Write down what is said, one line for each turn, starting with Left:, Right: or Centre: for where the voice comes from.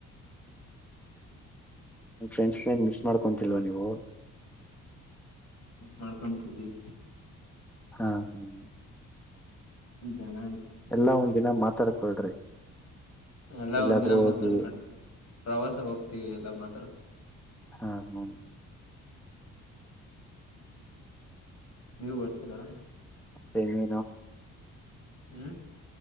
Centre: ನಿಮ್ ಫ್ರೆಂಡ್ಸ್ ಮಿಸ್ ಮಾಡ್ಕೊತಿಲ್ವಾ ನೀವು
Left: ಮಾಡ್ಕೊತಿದ್ದೀವಿ
Centre: ಹಾ ಹ್ಮ್
Left: <inaudible> ಜನನ್
Centre: ಎಲ್ಲಾ ಒಂದಿನ ಮಾತಾಡ್ಕೊಳ್ರಿ
Left: ಎಲ್ಲಾ
Centre: ಎಲ್ಲಾದ್ರೂ
Left: ಒಂದಿನ ಮಾತಾಡ್ಕಂಡ
Centre: ಹೋಗಿ
Left: ಪ್ರವಾಸ ಹೋಗ್ತಿವಿ ಎಲ್ಲಾ ಮಾತಾಡ್
Centre: ಹಾ ಹ
Left: ನೀವು ಬರ್ತೀರಾ
Centre: ಮತ್ತೇ ಇನ್ನೇನು
Left: ಹ್ಮ